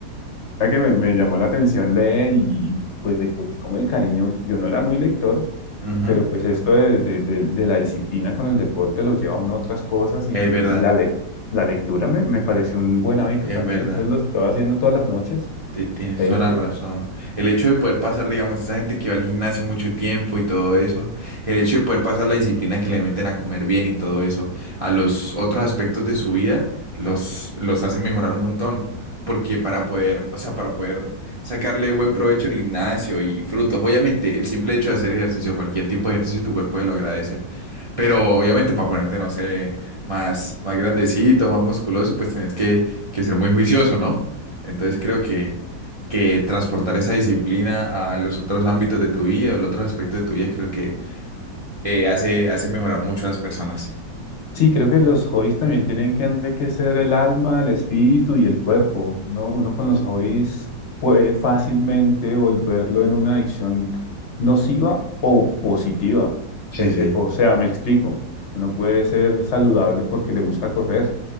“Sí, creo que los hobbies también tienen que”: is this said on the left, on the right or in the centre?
Left